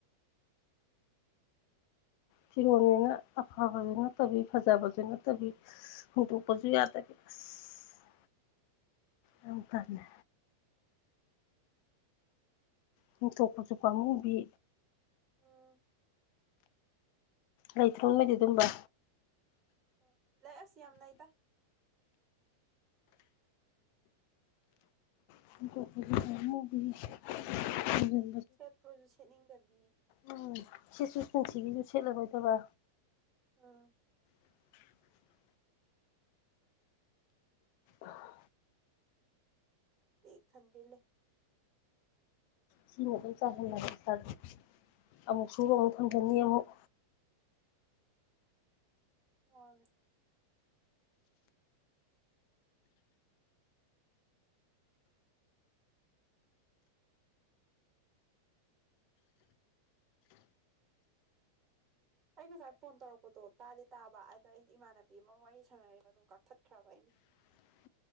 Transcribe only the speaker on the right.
ꯎꯝ
ꯍꯣꯏ ꯂꯩ ꯑꯁ ꯌꯥꯝ ꯂꯩꯇ
ꯁꯦꯠꯄꯨ꯭ꯔꯁꯨ ꯁꯦꯠꯅꯤꯡꯗꯕꯤ
ꯑꯥ
ꯄꯤꯛ ꯊꯟꯒꯩ ꯂꯩ
ꯋꯥꯅꯤ ꯑꯩ ꯉꯁꯥꯏ ꯐꯣꯟ ꯇꯧꯔꯛꯄꯗꯣ ꯇꯥꯗꯤ ꯇꯥꯕ ꯑꯗ ꯑꯩ ꯏꯃꯥꯟꯅꯕꯤ ꯑꯃꯒ ꯋꯥꯔꯤ ꯁꯥꯟꯅꯔꯤꯕ ꯑꯗꯨꯝ ꯀꯛꯊꯠꯈ꯭ꯔꯕ ꯑꯩꯅ